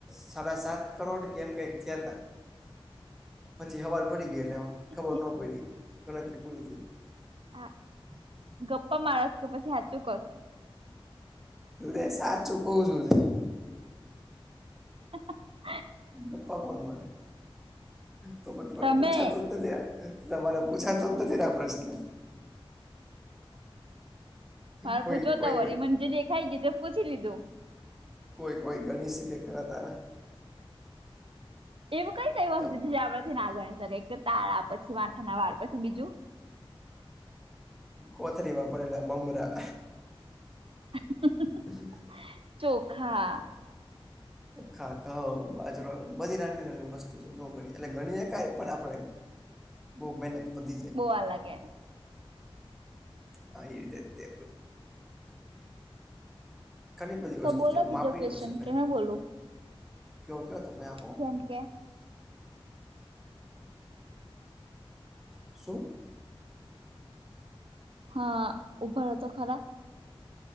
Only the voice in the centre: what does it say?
સાડા સાત કરોડ કે એમ કંઈક થયા હતા, પછી સવાર પડી ગયું એમાં ખબર
નો પડી ગણતરી પૂરી થઈ ગઈ.
લે સાચું કવ છું લે
ગપ્પા કોણ મારે તો તમને
તો પૂછાતું જ નથી યાર તમારે પૂછાતો જ નથી જ આ પ્રશ્ન
કોઈ
કોઈ
કોઈ કોઈ ગણી શકે ખરા તારા
તમ
કોથરીમાં પડેલા મમરા
<inaudible>
ચોખા ઘઉ બાજરો બધી નાની નાની વસ્તુ જે નો ગણી શકાય એટલે ગણી શકાય આપડે બહુ મહેનત વધી જાય
હા એ રીતે જ તે ઘણી બધી
વસ્તુ
છે એવું
માપી
ન શકાય
કયો કયો તમે આમ
શું